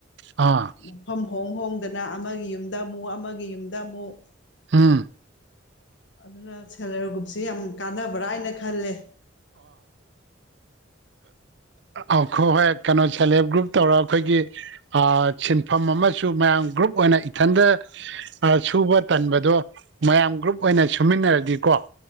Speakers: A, on the right; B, on the left.
A: ꯑꯥ
B: ꯃꯐꯝ ꯍꯣꯡ ꯍꯣꯡꯗꯅ ꯑꯃꯒꯤ ꯌꯨꯝꯗ ꯑꯃꯨꯛ ꯑꯃꯒꯤ ꯌꯨꯝꯗ ꯑꯃꯨꯛ
A: ꯍꯥꯝ
B: ꯑꯗꯨꯅ ꯁꯦꯜꯞ ꯍꯦꯜꯞ ꯒ꯭ꯔꯨꯞꯁꯤꯦ ꯌꯥꯝ ꯀꯥꯟꯅꯕ꯭ꯔꯥ ꯍꯥꯏꯅ ꯈꯜꯂꯦ
A: ꯑꯥ ꯈꯣꯏ ꯍꯣꯏ ꯀꯩꯅꯣ ꯁꯦꯜꯐ ꯍꯦꯜꯞ ꯒ꯭ꯔꯨꯞ ꯇꯧꯔ ꯑꯩꯈꯣꯏꯒꯤ ꯁꯤꯟꯐꯝ ꯑꯃꯁꯨ ꯃꯌꯥꯝ ꯒ꯭ꯔꯨꯞ ꯑꯣꯏꯅ ꯏꯊꯟꯗ ꯁꯨꯕ ꯇꯟꯕꯗꯣ ꯃꯌꯥꯝ ꯒ꯭ꯔꯨꯞ ꯑꯣꯏꯅ ꯁꯨꯃꯤꯟꯅꯔꯒꯀꯣ